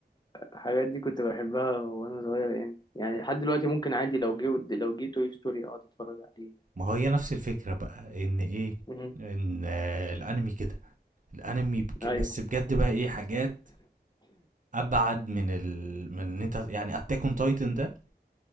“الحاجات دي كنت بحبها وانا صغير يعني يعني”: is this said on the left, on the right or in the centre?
Left